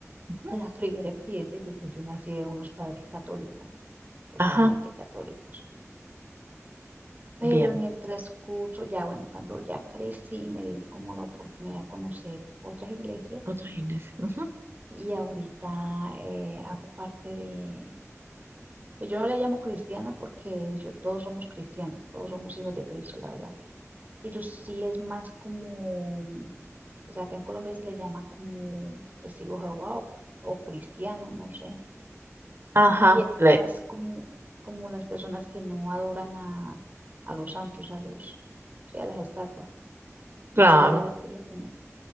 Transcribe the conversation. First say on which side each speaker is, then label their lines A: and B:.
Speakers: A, on the right; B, on the right.
A: Ujú.
B: La primera experiencia, yo pues yo nací de unos padres católicos, totalmente
A: Ajá,
B: católicos. Pero
A: bien.
B: en el transcurso, ya bueno, cuando ya crecí, me di como la oportunidad de conocer otras iglesias
A: Otros inés ujú.
B: y ahorita eh, hago parte de Pues yo no le llamo cristiana porque yo, todos somos cristianos, todos somos hijos de Cristo, la verdad. Pero sí es más como, o sea, acá en Colombia se le llama como testigo de Jehová o, o cristiano, no sé.
A: Ajá,
B: Y es
A: Le-
B: más como, como las personas que no adoran a, a los santos, a los, sí, a las estatuas.
A: claro.
B: No sé allá la tuya como